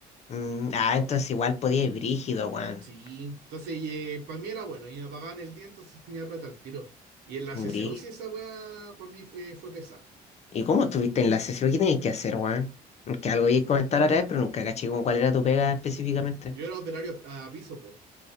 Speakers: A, on the left (about 40°); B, on the right (about 80°).
A: Mm, ah, entonces igual podía ir brígido, weón.
B: Sí, entonces para mí era bueno, y me pagaban el día, entonces tenía plata al tiro. Y en la CCU
A: Brí.
B: sí esa weá para mí fue, fue pesada.
A: ¿Y cómo estuviste en la sesión? ¿Qué tenías que hacer, weón? Que algo iba a comentar ahora, pero nunca caché como cuál era tu pega
B: Mm,
A: específicamente.
B: Yo era operario a, a piso, po,